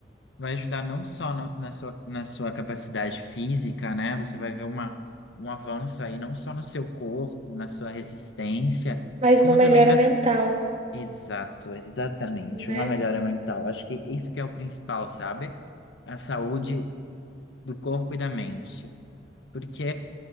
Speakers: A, on the left; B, on the right.
A: vai ajudar não só no- na sua, na sua capacidade física, né? Você vai ver uma, um avanço aí, não só no seu corpo, na sua resistência,
B: Mais
A: como
B: uma melhora
A: também nas.
B: mental,
A: Exato, exatamente.
B: né?
A: Uma melhora mental. Acho que isso que é o principal, sabe? A saúde do corpo e da mente. Porque,